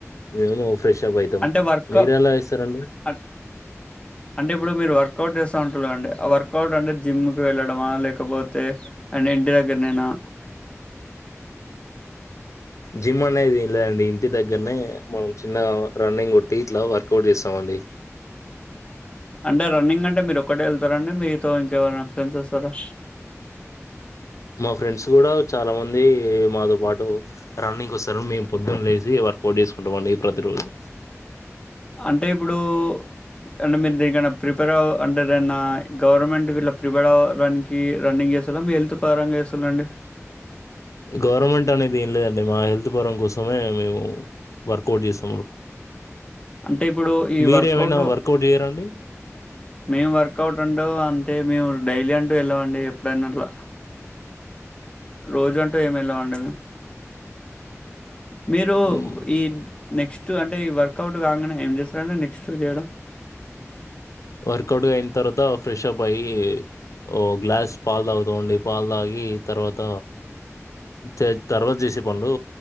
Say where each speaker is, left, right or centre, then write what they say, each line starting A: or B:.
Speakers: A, on the left (about 80°); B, on the left (about 20°).
A: మేము ఫ్రెష్ అప్ అయితాం
B: అంటే వర్క్
A: మీరు ఎలా చేస్తారండి
B: అన్ అంటే ఇప్పుడు మీరు వర్క్ కౌట్ చేస్తా అంటారు కదండి ఆ వర్కౌట్ అంటే జిమ్ క వెళ్ళడమా లేకపోతే అన్ని ఇంటి దగ్గరనెనా
A: జిమ్ అనేది ఏం లేదండి ఇంటి దగ్గరనే మనం చిన్నగా రన్నింగ్ కొట్టి ఇట్లా వర్కౌట్ చేస్తామండి
B: అంటె రన్నింగ్ అంటె మీరు ఒక్కటె వెళ్తార అండి మీతొ ఇంకెవరైనా ఫ్రెండ్స్ వస్తారా
A: మా ఫ్రెండ్స్ కూడా చాలా మంది మాతో పాటు రన్నింగ్ కొస్తారు మేము పొద్దున లేసి వర్కౌట్ చేసుకుంటామండి ప్రతిరోజు
B: అంటే ఇప్పుడు యిట్టంటె మేం దెన్ గనం ప్రిపేర్ అవ అంటె ఏదన్న గవర్రమెంట్ గిట్లా ప్రిపేర్ అవ్వడానికి రన్నింగ్ చేస్తాల మీ హెల్త్ పరంగా చేస్తాల అండి
A: గవర్రమెంట్ అనే ఇది ఏం లేదండి మా హెల్త్ పరం కోసమే మేము వర్కౌట్ చేస్తాం
B: అంటే ఇప్పుడు ఈ
A: మీరేమైనా
B: వర్కౌట్
A: వర్కౌట్ చేయరండి
B: మేము వర్కౌట్ అంటవ్ అంతేమి వ డైలీ అంటు వెళ్ళమండి ఎప్పుడైన అట్ల రోజు అంటు ఏమి ఎల్లమండి మేం మీరు
A: మ్,
B: ఈ నెక్స్ట్ అంటే ఈ వర్కౌట్ కాగానే ఏం చేస్తారంటే నెక్స్ట్ చేయడం
A: వర్కౌట్గ అయినా తర్వాత ఫ్రెష్అప్ అయి ఓ గ్లాస్ పాలు తాగుతూ ఉండి పాలు తాగి తర్వాత చే తర్వాత చేసే పనులు